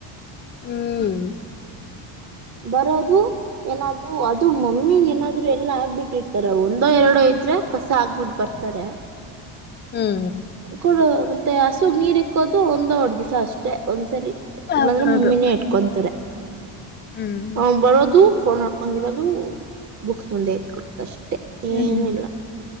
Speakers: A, on the left; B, on the right.
A: ಹ್ಮ್ ಹ್ಮ್
B: ಬರೋದು. ಏನಾದ್ರು ಅದು ಮಮ್ಮಿ ಏನಾದ್ರು ಎಲ್ಲ ಆಗ್ಬಿಟ್ಟಿರ್ತಾರೆ ಒಂದೋ ಎರಡೋ ಇದ್ರೆ. ಕಸ ಆಗ್ಬಿಟ್ಟು ಬರ್ತಾರೆ.
A: ಹ್ಮ್
B: ಕೊಡ ಮತ್ತೆ ಹಸುಗ್ ನೀರ್ ಇಕ್ಕೋದು ಒಂದ್ ಎರಡ್ ದಿವಸ ಅಷ್ಟೆ ಒಂದ್ಸರಿ.
A: ಹೌದೌದು
B: ಇಲ್ಲಾಂದ್ರೆ ಮಮ್ಮಿನೇ ಇಟ್ಕೊಂತಾರೆ
A: ಹ್ಮ್
B: ಅವ ಬರೋದು. ಫೋನ್ ನೋಡ್ಕೊಂಡಿರೋದು ಬುಕ್ಸ್ ಮುಂದೆ ಇಟ್ಕಡ್ತ ಅಷ್ಟೇ.
A: ಹ್ಮ್
B: ಏನಿಲ್ಲ
A: ಹ್ಮ